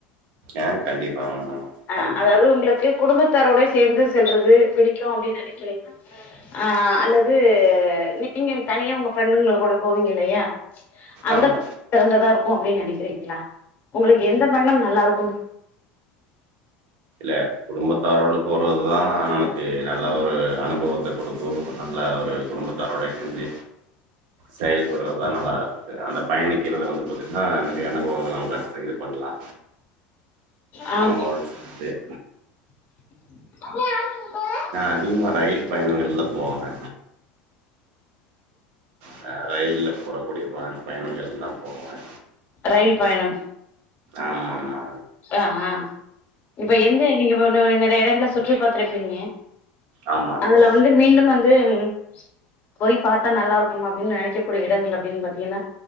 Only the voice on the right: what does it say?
ஏ கண்டிப்பா ஆமா
கண்டிப்பா
ஆமா
ல குடும்பத்தாரோட போறது தா நமக்கு நல்ல ஒரு அனுபவத்த கொடுக்கும் நல்ல ஒரு குடும்பத்தாரோட இணெஞ்சு செயல்பட்றதுதா நல்லா அந்த பயணிக்கிறத வந்து பாத்தீங்கனா நிறய அனுபவங்கள் நம்ம இது பண்ணலாம்
நம்ம செர்
அதிகமா ரயில் பயணங்கள்ல போனே நா ரயில்ல போறக்குடியிர பயணங்கள் தா போவே
ஆமாம்மா
ஆமாமா